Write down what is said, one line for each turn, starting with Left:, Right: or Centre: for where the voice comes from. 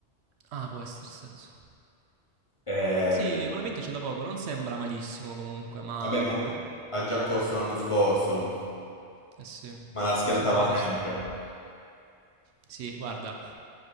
Right: Ah, può essere senso.
Left: Ehm,
Right: Sì, con la vinta c'è da poco, non sembra malissimo comunque, ma
Left: vabbè, ma
Right: boh.
Left: ha già corso l'anno scorso,
Right: Eh sì,
Left: ma la schiantava
Right: sì, credo di
Left: sempre.
Right: sì. Sì, guarda,